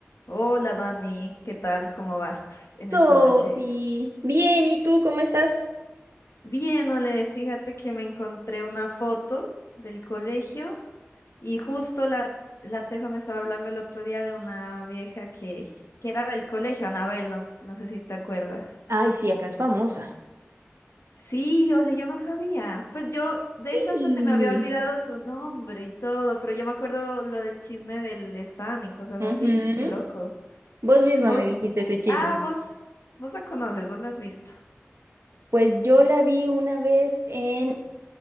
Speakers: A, on the left; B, on the right.
A: Hola Dani, ¿qué tal? ¿Cómo vas en
B: Sofi,
A: esta noche?
B: bien, ¿y tú cómo estás?
A: Bien, Ole, fíjate que me encontré una foto del colegio y justo la, la Tefa me estaba hablando el otro día de una vieja que, que era del colegio, Anabel, no, no sé si te acuerdas.
B: Ay, sí, acá es famosa.
A: Sí, Ole, yo no sabía. Pues yo, de hecho, hasta
B: Sí.
A: se me había olvidado su nombre y todo, pero yo me acuerdo lo del chisme del Stan y cosas
B: Ujú.
A: así, qué loco.
B: Vos misma
A: Vos,
B: me dijiste ese chisme.
A: ah, vos, vos la conoces, vos la has visto.
B: Pues yo la vi una vez en